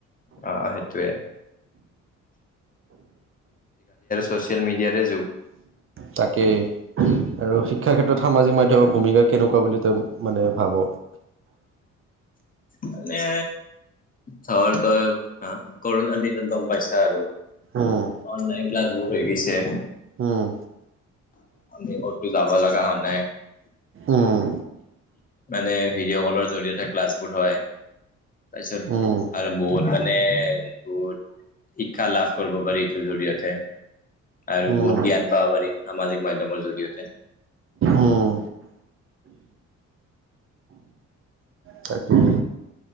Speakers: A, on the left; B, on the right.
A: অ', সেইটোৱে। ছ'চিয়েল মিডিয়াটো
B: তাকেই আৰু শিক্ষা ক্ষেত্ৰত সামাজিক মাধ্যম ভূমিকা কেনেকুৱা বুলি তই মানে ভাব?
A: মানে ধৰ তই কৰোনা দিনত গম পাইছা আৰু
B: উম,
A: অনলাইন ক্লা মোৰ এৰিছে।
B: উম,
A: আমি হয়তো যাব লগা হোৱা নাই।
B: উম,
A: মানে ভিডিঅ' কলৰ জৰিয়তে ক্লাছবোৰ হয়, তাপিছত
B: উম,
A: আৰু বহুত মানে বহুত শিক্ষা লাভ কৰিব পাৰি এইটোৰ জৰিয়তে আৰু
B: উম,
A: বহুত জ্ঞান পাব পাৰি সামাজিক মাধ্যমৰ জৰিয়তে।
B: উম। তাকেই।